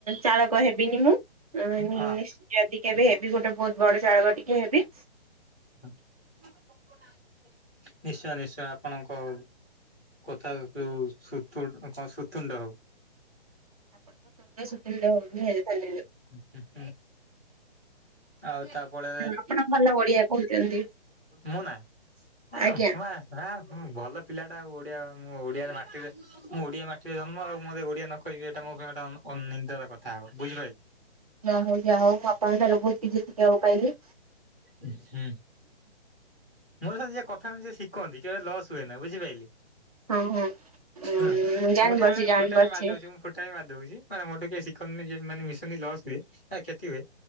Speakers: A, on the right (about 35°); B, in the centre.
A: ଚାଳ କ ହେବିନି ମୁଁ ଉଁ
B: ହଁ
A: ଯଦି କେବେ ହେବି ଗୋଟେ ବହୁତ ବଡ ଚାଳକ ଟିକେ ହେବି
B: ନିଶ୍ଚୟ ନିଶ୍ଚୟ ଆପଣଙ୍କ କଥା ଯୋଉ ସୁତୁ କଣ ସୁତୁଣ୍ଡ ହଉ
A: ଆପଣଂକ ତୁଣ୍ଡ ସତୁଣ୍ଡ ହଉ <inaudible>
B: <inaudible> ଆଉ ତାପଳେ
A: ଆପଣ ଆପଣ ଭଲ ଓଡିଆ କହୁଛନ୍ତି
B: ମୁଁ ନା ଆ
A: ଆଜ୍ଞା।
B: ମା ଆ ହୁଁ ଭଲ ପିଲାଟା ଆଉ ଓଡିଆ ମୁଁ ଓଡିଆ ମାଟିରେ ମୁଁ ଓଡିଆ ମାଟିରେ ଜନ୍ମ ଆଉ ମତେ ଓଡିଆ ନଖ ଏଇଟା ମୋ ପାଇଁ ଗୋଟେ ଅନ ନିିନ୍ଦାର କଥାହବ ବୁଝିପାଇଲେ
A: ଯାହା ହଉ ଯାହା ହଉ ମୁ ଆପଙ୍କ ଠାରୁ ବହୁତ କିଛି ସିଖିବାକୁ ପାଇଲି
B: ହୁଁ ହୁଁ ମୋ ସହିତ ଯିଏ କଥାହୁଅନ୍ତି ସିଏ ଶିକନ୍ତି କେବେ ଲସ ହୁଏନାହିଁ ବୁଝିପାଇଲେ
A: ହଁ ହଁ। ଉଁ
B: ମୁଁ
A: ଜାଣିପାରୁଛି
B: ଟିକେବେଳେ
A: ଜାଣିପାରୁଛି
B: ଫୁଟାଣି ମାରିଦଉଛି ମୁଁ ଫୁଟ ଫୁଟାଣି ମାରିଦଉଛି ମାନେ ମୋଠୁ କିଏ ସିକନ୍ତିନି ଯିଏମାନେ ମିସନ୍ତି ଲସ ହୁଏ ବା କ୍ଷତିହୁଏ।